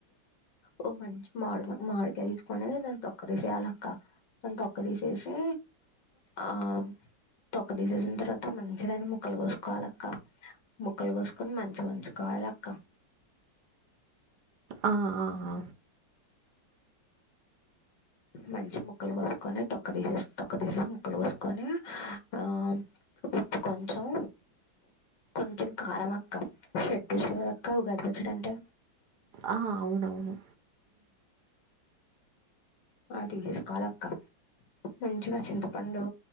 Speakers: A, on the left; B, on the right.
A: ఓ మంచి మామి మాడికాయ తీసుకొని దాన్ని తొక్క తీసేయాల్ అక్క దాని తొక్క తీసేసి ఆ తొక్క తీసేసిన తర్వాత మంచిగా దాన్ని ముక్కలు కోసుకోవాలక్క, ముక్కలు కోస్కొని మంచిగా ఉంచుకోవాలక్క.
B: ఆ ఆ
A: మంచి ముక్కలు కోసుకొని తొక్క తీసేసి తొక్క తీసేసి ముక్కలు కోసుకొని ఆ ఉప్పు కొంచెం కొంచెం కారం అక్క షట్ రుచులు ఏ అక్క ఉగదిపచ్చడి అంటే
B: ఆ అవునవును
A: ఆదిగేసుకోవాలక్క మంచిగా చింతపండు